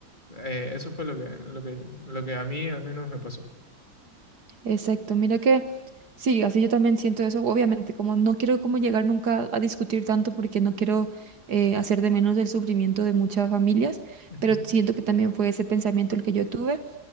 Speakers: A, on the left; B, on the right.
A: eh, eso fue lo que, lo que, lo que a mí al menos me pasó.
B: exacto. Mira que sí, así yo también siento eso. Obviamente, como no quiero como llegar nunca a discutir tanto porque no quiero eh, hacer de menos el sufrimiento de muchas familias,
A: Ujú.
B: pero siento que también fue ese pensamiento el que yo tuve.